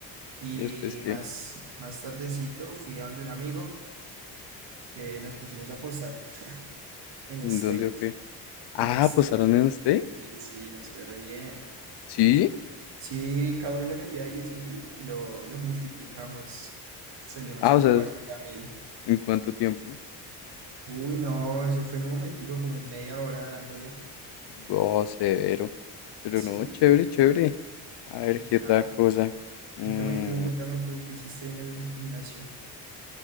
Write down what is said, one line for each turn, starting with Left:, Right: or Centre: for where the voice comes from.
Right: Y
Left: ¿Y después qué?
Right: más, más tardecito fui a donde un amigo que nos pusimos a apostar en
Left: ¿En
Right: steak,
Left: dónde o qué? Ah,
Right: en steak.
Left: ¿posaron en steak?
Right: Sí, sí, nos fue re bien.
Left: ¿Sí?
Right: Y Sí, cada uno le metió a 10 mil y lo, lo multiplicamos, salimos
Left: Ah,
Right: con
Left: o sea,
Right: cuarenta mil.
Left: ¿en cuánto tiempo?
Right: Uy, no, eso fue en un momentico, como en media hora dándole.
Left: Oh, severo. Pero
Right: Sí,
Left: no, chévere, chévere. A ver,
Right: y
Left: ¿qué otra
Right: ya.
Left: cosa? Mm,
Right: Cuéntame tú, cuéntame tú, ¿qué hiciste hoy en el gimnasio? <laughs>